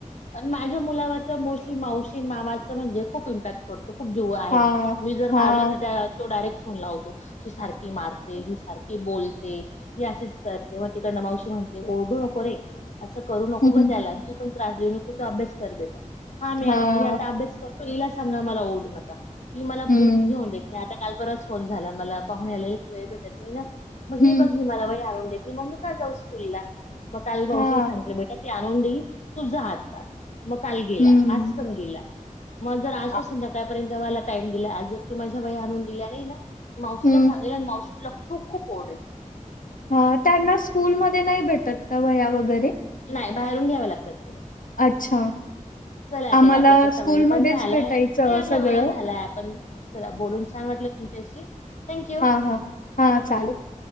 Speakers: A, on the left; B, on the left.
A: आणी माझ्या मुलावर तर मोस्ट मावशी, मामाच म्हणजे खूप इपाक्ट पडतो खुप जीव आहे,
B: हां,
A: मी जर
B: हां.
A: मारल तर तो डायरेक्ट. लावतो हि सारखी मारते हि सार की बोलते ती अशीच करते मग तिकड न मावशी म्हणते ओरडू नको रे असं करू नको
B: हं,
A: ग
B: हं.
A: त्याला आणि तू पण त्रास देऊ नको तु पन अभ्यास कर बेटा हा मी,
B: हां,
A: मी आता अभ्यास कर हिला सांगा मला ओरढू नका मी मला
B: हं,
A: बुक्स घेऊन देत नाही. काल परवाच फोन झाला मला पाहून आलेलेत वेळ भेटत नाही ना बघ
B: हं,
A: मला वही मम्मी का जाऊ स्कूलला मग काल भाऊजींनी
B: हां,
A: सांगितलं बेट आणून देई तुझ हात मग काल गेला
B: हं,
A: आज पण गेला मग जर असतो
B: आ,
A: संध्याकाळपर्यंत ला टाइम दिला जर तू माझ्या वह्या आणून दिल्या नाही ना मावशीना
B: हं,
A: सांगेल आणि मावशी तुला खूप खूप ओरढेल
B: ह त्यांना स्कूलमध्ये नाही भेटत का वह्या वगैरे
A: नाही बाहेरून घ्याव लागतात ते
B: अच्छा!
A: चला
B: आम्हाला
A: ते आपला तसा
B: स्कूलमध्येच
A: वेळ पण झालाय
B: भेटायचं
A: ते आपला
B: सगळं.
A: वेळ झालाय आपण चला बोलून छान वाटत तुमच्याशी थँक्यू
B: हा हा हा चालेल